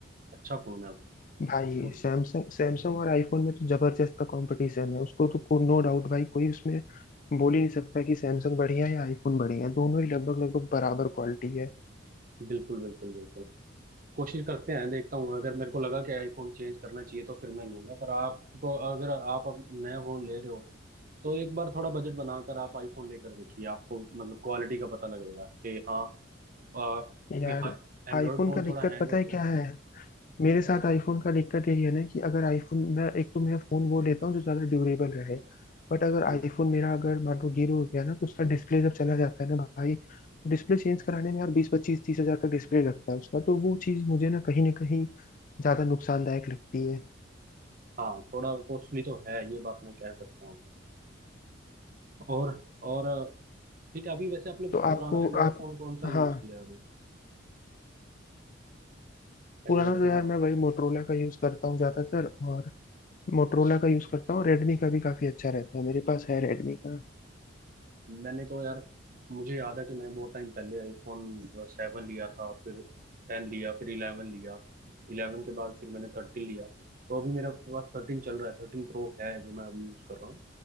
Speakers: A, on the right; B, on the left.
A: अच्छा फोन है वो
B: भाई
A: तो
B: सैमसंग सैमसंग और आईफोन में तो जबरदस्त का कंपटीशन है उसको तो को, नो डाउट भाई कोई उसमें बोल ही नहीं सकता कि सैमसंग बढ़िया है या आईफोन बढ़िया है दोनों ही लगभग लगभग बराबर क्वालिटी है
A: बिल्कुल बिल्कुल बिल्कुल कोशिश करते हैं देखता हूँ अगर मेरे को लगा कि आईफोन चेंज करना चाहिए तो फिर मैं लूंगा पर आपको अगर आप अब नया फोन ले रहे हो तो एक बार थोड़ा बजट बनाकर आप आईफोन लेकर देखिए आपको मतलब क्वालिटी का पता लगेगा कि हाँ आ, क्योंकि
B: यार
A: हाँ एंड्रॉयड
B: आईफोन
A: फोन
B: का दिक्कत
A: थोड़ा हैंग
B: पता
A: होते
B: है क्या
A: हैं
B: है मेरे साथ आईफोन का दिक्कत यही है ना कि अगर आईफोन मैं एक तो मैं फोन वो लेता हूँ जो ज्यादा ड्यूरेबल रहे बट अगर आईफोन
A: हम्म,
B: मेरा अगर मान लो गिर हो गया ना तो उसका डिस्प्ले जब चला जाता है ना भाई तो डिस्प्ले चेंज कराने में यार बीस पच्चीस तीस हजार का डिस्प्ले लगता है उसका तो वो चीज मुझे ना कहीं ना कहीं ज्यादा नुकसानदायक लगती है
A: हाँ थोड़ा कॉस्टली तो है ये बात मैं कह सकता हूँ और और ठीक है अभी वैसे आपने
B: तो आपको
A: पुराना एंड्रॉयड
B: आप
A: फोन कौन सा यूज
B: हाँ
A: किया है अभी Android
B: पुराना तो
A: phone
B: यार मैं वही मोटरोला का यूज करता हूँ ज्यादातर और मोटरोला का यूज करता हूँ रेडमी का भी काफी अच्छा रहता है मेरे पास है रेडमी का।
A: मैंने तो यार मुझे याद है कि मैंने बहुत टाइम पहले आईफोन सेवन लिया था फिर टेन लिया फिर इलेवन लिया इलेवन के बाद फिर मैंने थर्टीन लिया तो अभी मेरे पास थर्टीन चल रहा है थर्टीन प्रो है जो मैं अभी यूज़ कर रहा हूँ